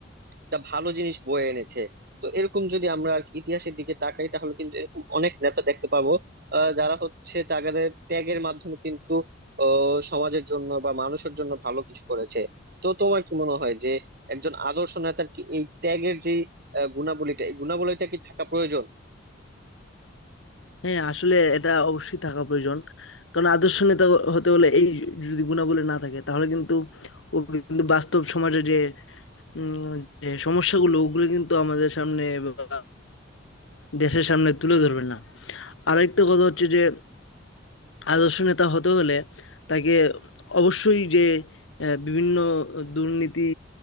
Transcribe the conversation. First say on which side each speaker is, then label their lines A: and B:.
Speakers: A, on the right; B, on the left.
A: একটা ভালো জিনিস বয়ে এনেছে তো এরকম যদি আমরা আর কি ইতিহাসের দিকে তাকাই তাহলে কিন্তু এরকম অনেক নেতা দেখতে পাবো আহ, যারা হচ্ছে তাদের ত্যাগের মাধ্যমে কিন্তু আহ, সমাজের জন্য বা মানুষের জন্য ভালো কিছু করেছে তো তোমার কি মনে হয় যে একজন আদর্শ নেতার কি এই ত্যাগের যে আহ, গুণাবলীটা এই গুণাবলীটা কি থাকা প্রয়োজন
B: হ্যাঁ আসলে এটা অবশ্যই থাকা প্রয়োজন কারণ আদর্শ নেতা হতে হলে এই যদি গুণাবলী না থাকে তাহলে কিন্তু ও কিন্তু বাস্তব সমাজে যে উম, যে সমস্যাগুলো ওগুলো কিন্তু আমাদের সামনে বা দেশের সামনে তুলে ধরবে না আরেকটা কথা হচ্ছে যে আদর্শ নেতা হতে হলে তাকে অবশ্যই যে আহ, বিভিন্ন দুর্নীতি